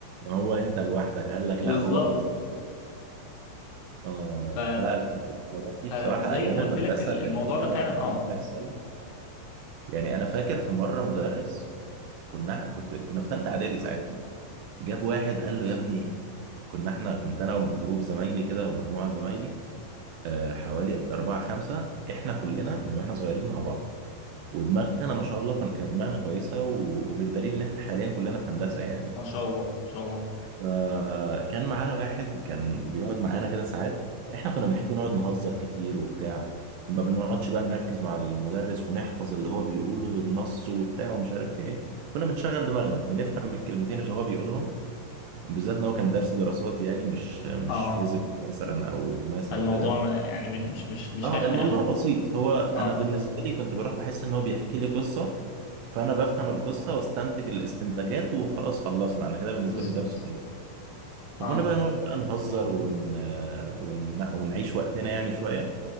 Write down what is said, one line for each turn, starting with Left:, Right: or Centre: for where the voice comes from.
Right: هو انت لوحدك قال لك
Left: بالظبط
Right: لا هو قصه اه
Left: ف...
Right: الحلقه الحوارات دي
Left: فزي
Right: بصراحه ايام
Left: ما
Right: المدرسه
Left: قلت لك ال-
Right: كان
Left: الموضوع
Right: في حاجات
Left: ده فعلا
Right: كتير
Left: اه
Right: بتحصل يعني انا فاكر في مره مدرس كنا كنت كنا في ثالثه اعدادي ساعتها جاب واحد قال له يا ابني كنا احنا كنت انا وجروب زمايلي كده ومجموعه زمايلي آه، حوالي أربعة خمسة إحنا كلنا من وإحنا صغيرين مع بعض ودماغنا ما شاء الله كن- كانت دماغنا كويسة و- وبالدليل إن إحنا حاليا كلنا في هندسة يعني
Left: ما شاء الله ما شاء الله
Right: فكان معانا واحد كان بيقعد معانا كده ساعات إحنا كنا بنحب نقعد نهزر كتير وبتاع ما بنقعدش بقى نركز مع المدرس ونحفظ اللي هو بيقوله بالنص وبتاع ومش عارف إيه كنا بنشغل دماغنا بنفهم الكلمتين اللي هو بيقولهم وبالذات إن هو كان درس دراسات يعني مش مش
Left: اه
Right: فيزيكس مثلا أو ماس
Left: فالموضوع
Right: أو كده
Left: ما يعني مش مش مش مش
Right: اه
Left: فاهم
Right: الموضوع
Left: قوي
Right: بسيط هو انا
Left: اه
Right: بالنسبه لي كنت بروح بحس ان هو بيحكي لي قصه فانا بفهم القصه واستنتج الاستنتاجات وخلاص خلصنا انا كده بالنسبه
Left: بالظبط
Right: لي الدرس حلو
Left: اه
Right: فكنا بقى نقعد بقى نهزر ون... آه، ون... ونعيش وقتنا يعني شويه